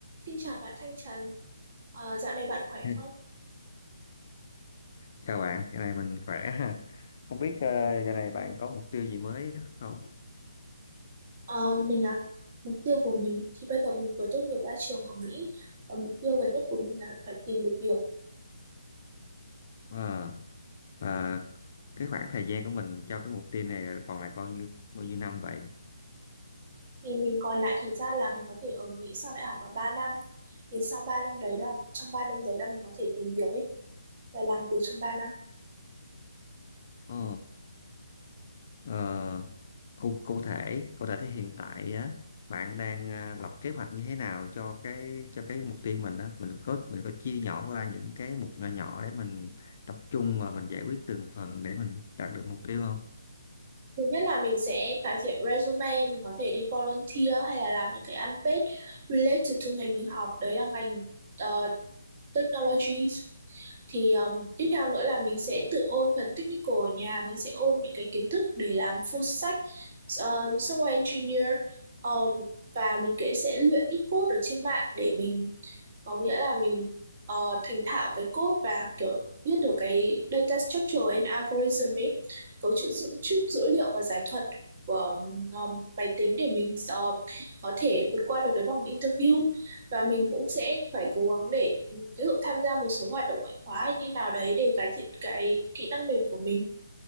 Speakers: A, on the right; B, on the left.
A: Xin chào bạn Thanh Trần, Ờ, dạo này bạn khỏe
B: <laughs>
A: không?
B: Chào bạn, giờ này mình khỏe <laughs> ha. Không biết ờ, giờ này bạn có mục tiêu gì mới không?
A: Ờ, mình à, mục tiêu của mình thì bây giờ mình vừa tốt nghiệp ra trường ở Mỹ và mục tiêu gần nhất của mình là phải tìm được việc.
B: Ờ, và cái khoảng thời gian của mình cho cái mục tiêu này là còn lại bao nhiêu bao nhiêu năm vậy?
A: Thì mình còn lại thời gian là mình có thể ở Mỹ sau đại học là ba năm. Thì sau 3 năm đấy là trong 3 năm đấy là mình có thể tìm việc ấy và làm việc trong 3 năm.
B: Ờ, ờ, cụ, cụ thể cụ thể thì hiện tại á bạn đang ờ, lập kế hoạch như thế nào cho cái cho cái mục tiêu mình á mình có mình có chia nhỏ ra những cái mục nhỏ nhỏ để mình tập trung và mình giải quyết từng phần để mình đạt được mục tiêu không?
A: Thứ nhất là mình sẽ cải thiện resume, mình có thể đi volunteer hay là làm những cái unpaid related to ngành mình học, đấy là ngành ờ, technology thì um, tiếp theo nữa là mình sẽ tự ôn phần technical ở nhà mình sẽ ôn những cái kiến thức để làm full stack uh, software engineer um, và mình kể sẽ luyện ít code ở trên mạng để mình có nghĩa là mình ờ, thành thạo về code và kiểu biết được cái data structure and algorithm ấy cấu trúc dữ, trúc dữ liệu và giải thuật của um, máy tính để mình ờ, có thể vượt qua được cái vòng interview và mình cũng sẽ phải cố gắng để ừ, ví dụ tham gia một số hoạt động ngoại khóa hay như nào đấy để cải thiện cái kỹ năng mềm của mình